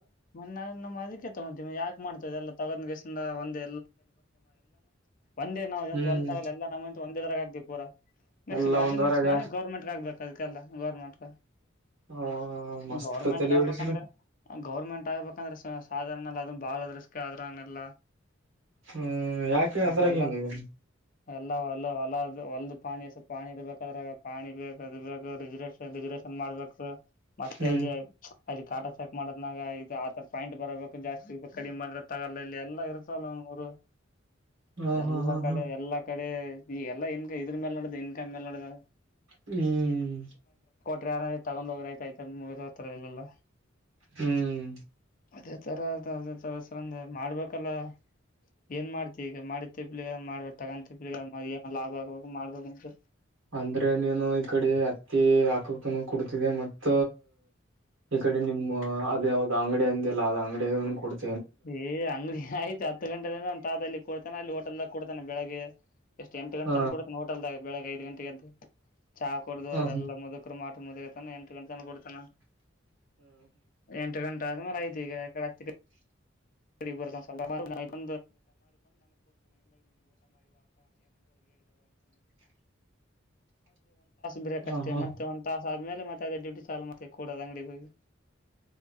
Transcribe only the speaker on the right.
ಹ್ಮ್
ಎಲ್ಲ
ಒಂದ್ವರಾಗ
ಹ ಮಸ್ತ್
ತಲೆ
ಹೊಡಿಸಿರಿ
ಹ್ಮ್ ಯಾಕೆ ಅದ್ರಾಗ
ಏನಿದೆ
ಹ್ಮ್
ಹ
ಹಾ ಹಾ
ಹಾ
ಹ್ಮ್
ಹ್ಮ್
ಅಂದ್ರೆ ನೀನು ಈ ಕಡೆ ಹತ್ತಿ ಹಾಕಕ್ಕ ಕೊಡ್ತಿದೆ ಮತ್ತ ಈ ಕಡೆ ನಿಮ್ಮ ಅದ ಯಾವ್ದ್ ಅಂಗಡಿ ಅಂದಿಲ್ಲ ಅದ್ ಅಂಗಡಿಯ ಕೊಡ್ತ
ಹ
ಹ
ಹ್ಮ್
ಹ
ಹ